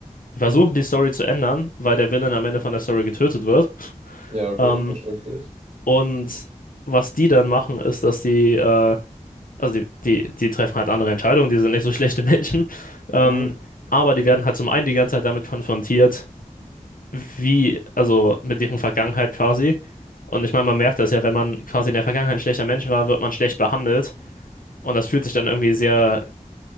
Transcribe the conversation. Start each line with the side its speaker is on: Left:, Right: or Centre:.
Left: versucht,
Right: Mhm.
Left: die Story zu ändern, weil der Villain am Ende von der Story getötet wird. <laughs>
Right: Ja, okay,
Left: Ähm,
Right: verständlich.
Left: und was die dann machen, ist, dass die, äh, also die, die, die treffen halt andere Entscheidungen, die sind nicht so <laughs> schlechte Menschen. Ähm,
Right: Mhm.
Left: aber die werden halt zum einen die ganze Zeit damit konfrontiert, wie, also mit deren Vergangenheit quasi. Und ich meine, man merkt das ja, wenn man quasi in der Vergangenheit ein schlechter Mensch war, wird man schlecht behandelt. Und das fühlt sich dann irgendwie sehr